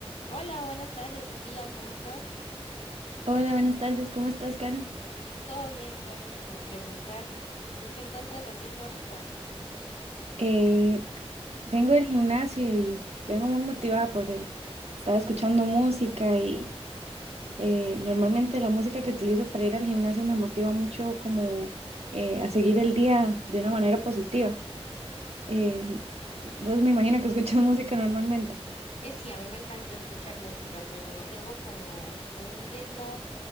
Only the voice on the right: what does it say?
Hola, buenas tardes, ¿cómo estás, Karen?
Eh, vengo del gimnasio y vengo muy motivada porque estaba escuchando música y eh, normalmente la música que utilizo para ir al gimnasio me motiva mucho como eh, a seguir el día de una manera positiva. Eh, vos me imagino que escuchas <laughs> música normalmente.